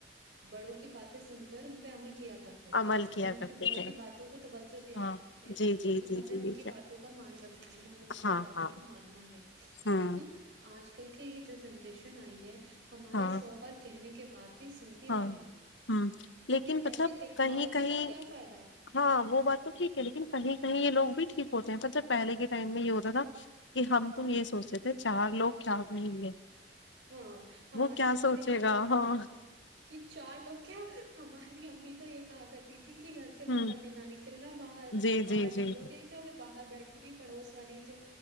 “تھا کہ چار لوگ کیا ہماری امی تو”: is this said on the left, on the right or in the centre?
Right